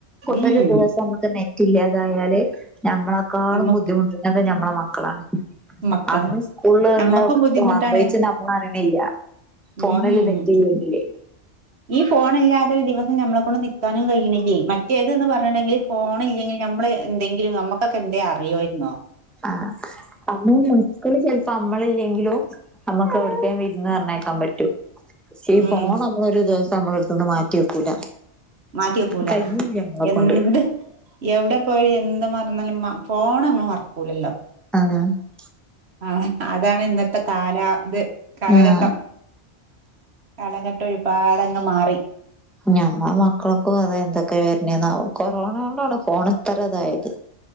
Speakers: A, on the right (about 65°); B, in the centre.
A: ഉം
B: ഒരു ദിവസം മക്ക് നെറ്റ്ല്ലാതായാല് നമ്മളെക്കാളും
A: നമ്മക്ക്
B: ബുദ്ധിമുട്ട ന്നത് ഞമ്മളെ മക്കളാ
A: മക്കളെ
B: അന്ന് സ്കൂളിൽ എന്താ
A: നമ്മക്കും ബുദ്ധിമുട്ടാണ്
B: സാംഭവിച്ച് നമ്മൾ അറിയണില്ല ഫോണില്
A: ഉം
B: നെറ്റ്ല്ലെങ്കിലേ
A: ഈ ഫോൺ ല്ലാതെ ഒരു ദിവസം നമ്മളെ കൊണ്ട് നിൽക്കാനും കയ്യ്ണില്ലേ മറ്റേത് ന്ന് പറഞ്ണ്ടെങ്കിൽ ഫോണ് ല്ലെങ്കിൽ നമ്മള് ന്തെങ്കിലും നമ്മക്കൊക്കെ നന്തേലും അറിയോയിരുന്നോ
B: ആഹ്അന്ന് മക്കൾ ചെൽ ഇപ്പ അമ്മളില്ലെങ്കിലും അമ്മക്ക് അവിക്കെ വിരുന്നർണയേക്കാൻ പറ്റും ഷെ ഈ
A: ഉം
B: ഫോണൊ ഒരു ദിവസം അമ്മടെ അടുത്തിന്ന് മാറ്റി വെക്കൂല
A: മാറ്റി വെക്കൂല
B: കയ്യൂല്ല നമ്മളെ
A: എൻണ്ട്
B: കൊണ്ട്
A: എവ്ടെ പോയി എന്ത് മറന്നാലും ഫോണ മ്മള് മർക്കൂലല്ലോ
B: അങ്ങ <unintelligible>
A: ആഹ് അതാണ് ഇന്നത്തെ കാല ത് കാലഘട്ടം
B: ആഹ്
A: കാലഘട്ടം ഒരുപാടങ്ങ് മാറി
B: ഞമ്മെ മക്കൾക്കും അത എന്തൊക്കെ വരുന്നെ ആവം കൊറോണണ്ടാണ് ഫോ ണ്ത്ര ഇതായത്.